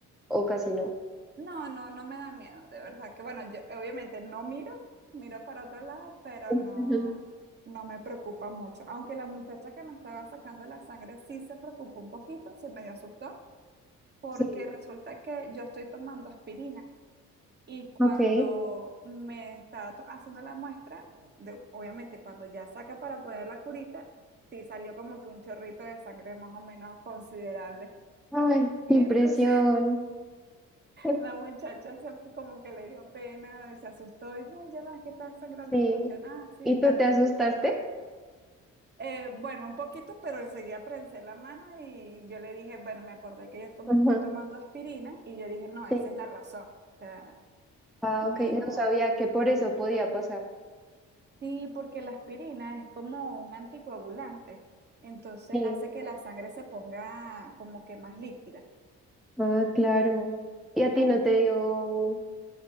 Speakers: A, in the centre; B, on the right.
A: o casi no?
B: No, no, no me da miedo, de verdad que bueno, yo obviamente no miro, miro para otro lado, pero
A: <laughs>
B: no, no me preocupa mucho. Aunque la muchacha que me estaba sacando la sangre sí se preocupó un poquito, se medio asustó, porque
A: Sí.
B: resulta que yo estoy tomando aspirina y cuando
A: Ok.
B: me estaba to- haciendo la muestra, de- obviamente cuando ya saca para poner la curita, sí salió como que un chorrito de sangre más o menos considerable.
A: Ay,
B: Y
A: qué impresión.
B: entonces
A: <laughs>
B: La muchacha se, como que le dio pena, se asustó y no, ya ves que estás sangrando
A: Sí.
B: mucho. Nada, sí,
A: ¿Y tú
B: claro,
A: te
B: estoy.
A: asustaste?
B: eh, bueno, un poquito, pero enseguida prensé la mano y yo le dije, bueno, me acordé que yo to-
A: Ajá.
B: estoy tomando aspirina y yo dije, no, esa
A: Sí.
B: es la razón. O sea,
A: Ah,
B: y me
A: ok. No
B: dijo,
A: sabía que por eso podía pasar.
B: sí, porque la aspirina es como un anticoagulante, entonces
A: Sí.
B: hace que la sangre se ponga como que más líquida.
A: Ah, claro. ¿Y a ti
B: En-
A: no te dio,